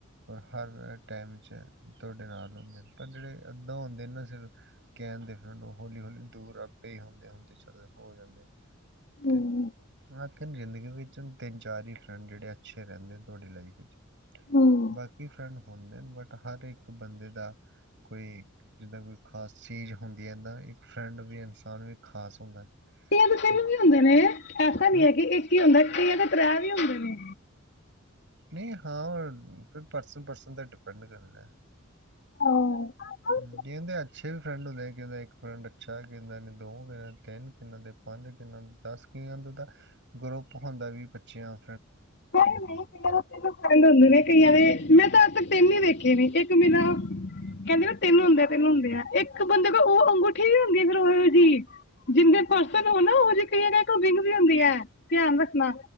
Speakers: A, on the right; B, on the left.
A: ਔਰ ਹਰ ਟੈਮ ਤੁਹਾਡੇ ਨਾਲ ਹੁੰਦੇ ਨੇ। ਪਰ ਜਿਹੜੇ ਇੱਦਾਂ ਹੁੰਦੇ ਨਾ, ਸਿਰ ਕਹਿਣ ਦੇ ਫਰੈਂਡ ਉਹ ਹੌਲੀ-ਹੌਲੀ ਦੂਰ ਆਪੇ ਹੀ ਹੁੰਦੇ-ਹੁੰਦੇ ਚੱਲ ਹੋ ਜਾਂਦੇ।
B: ਹੂੰ
A: ਤੇ ਅੱ <unintelligible> ਜਿੰਦਗੀ ਵਿੱਚ ਤਿੰਨ- ਚਾਰ ਹੀ ਫਰੈਂਡ ਜਿਹੜੇ ਅੱਛੇ ਰਹਿੰਦੇ ਤੁਹਾਡੀ ਲਾਈਫ'ਚ।
B: ਹੂੰ
A: ਬਾਕੀ ਫਰੈਂਡ ਹੁੰਦੇ ਨੇ, ਬਟ ਹਰ ਇੱਕ ਬੰਦੇ ਦਾ ਕੋਈ ਜਿੱਦਾਂ ਕੋਈ ਖਾਸ ਚੀਜ਼ ਹੁੰਦੀ ਹੈ, ਇਦਾਂ ਇੱਕ ਫਰੈਂਡ ਵੀ, ਇਨਸਾਨ ਵੀ ਖ਼ਾਸ ਹੁੰਦਾ।
B: ਇਹ ਕਿ,
A: ਹੈ।
B: ਵੀ, ਹੁੰਦੇ ਨੇ। ਐਸਾ ਨੀ
A: ਹੂੰ
B: ਹੈ, ਕਿ ਇਹ ਕੀ ਹੁੰਦਾ। ਕਈਆਂ ਤੇ, ਤ੍ਰੈ ਵੀ ਹੁੰਦੇ ਨੇ।
A: ਨਹੀਂ ਹਾਂ ਫਿਰ ਪਰਸਨ-ਪਰਸਨ ਤੇ ਡਿਪੈਂਡ ਕਰਨਾ।
B: ਹਾਂ
A: ਹੂੰ, ਕਹਿੰਦੇ ਅੱਛੇ ਵੀ ਫਰੈਂਡ ਹੁੰਦੇ ਕਹਿੰਦੇ ਇੱਕ ਫਰੈਂਡ ਅੱਛਾ। ਕਹਿੰਦੇ ਦੋ- ਦੇ ਤਿੰਨ ਕੂ ਈਆ ਦੇ, ਪੰਜ ਕਈਆ ਦੇ ਦੱਸ ਕਈਆ ਦਾ ਗਰੁੱਪ ਹੁੰਦਾ ਵੀ ਪੰਚੀਆ
B: ਨਹੀਂ ਨਹੀਂ, ਕਈ ਤੈਨੂੰ ਫਰੈਂਡ ਹੁੰਦੇ ਨੇ ਕਈਆਂ ਦੇ ਮੈਂ, ਤਾਂ ਤਿੰਨ ਹੀ ਦੇਖੇ ਵੀ ਇੱਕ ਮੇਰਾ ਕਹਿੰਦੇ ਨਾ ਤਿੰਨ ਹੁੰਦੇ, ਤਿੰਨ ਹੁੰਦੇ ਆ ਇੱਕ ਬੰਦੇ ਉਹ ਅੰਗੂਠੀ ਵੀ ਹੁੰਦੀ ਆ, ਫਿਰ ਔ ਜਿਹੀ ਜਿੰਨੇ ਪਰਸਨ ਹੋਨਨਾ, ਉਹ ਜਿਹੀ ਕਹੀ ਰਿੰਗ ਵੀ ਹੁੰਦੀ ਆ। ਧਿਆਨ ਰੱਖਣਾ